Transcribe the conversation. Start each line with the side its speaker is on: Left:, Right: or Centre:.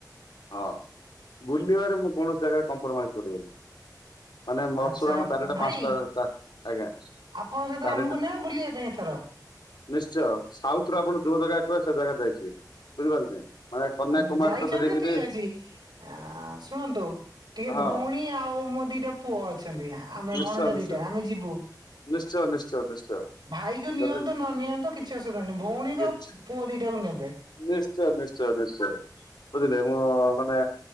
Left: ହଁ ବୁଲିବାରେ ମୁଁ କୌଣସି ଜାଗାରେ କମ୍ପରମାଇଜ କରିବିନି। ମାନେ ମରସୁରା
Right: ଆଚ୍ଛା
Left: ଆମ ଚାରିଟା
Right: ଭାଇ
Left: ପାଞ୍ଚଟା ଚାର ଆଜ୍ଞା
Right: ଆପଣଙ୍କ ସହିତ
Left: ଚାରିଟା
Right: ଆମକୁ ନେବେ ବୁଲିବା ପାଇଁ ଏଥର
Left: ନିଶ୍ଚୟ ସାଉଥ ରୁ ଆପଣ ଯୋଉ ଜାଗା କହେ ସେ ଜାଗା ଯାଇଛି ବୁଝିପାରିଲେ। ମାନେ କନ୍ୟାକୁମାରୀ
Right: ଉଁ ଯାଇଛନ୍ତି
Left: ଠୁ ଧରିକିରି
Right: ଠିକ ଅଛି ଆ ଶୁଣନ୍ତୁ ଟିକେ
Left: ହଁ
Right: ଭଉଣୀ ଆଉ ମୋ ଦିଟା ପୁଅ ଅଛନ୍ତି, ଆମେ
Left: ନିଶ୍ଚୟ
Right: ଭଣଜା
Left: ନିଶ୍ଚୟ।
Right: ଦିଟା, ଆମେ ଯିବୁ।
Left: ନିଶ୍ଚୟ ନିଶ୍ଚୟ ନିଶ୍ଚୟ
Right: ଭାଇ କୁ ନିଅନ୍ତୁ
Left: ଯଦି
Right: ନ ନିଅନ୍ତୁ କିଛି ଅସୁବିଧା ନାହିଁ ଭଉଣୀକୁ
Left: କିଛି
Right: ଆଉ ପୁଅ ଦିଟାକୁ ନେବେ।
Left: ନିଶ୍ଚୟ ନିଶ୍ଚୟ ନିଶ୍ଚୟ ବୁଝିଲେ ମୁଁ ମାନେ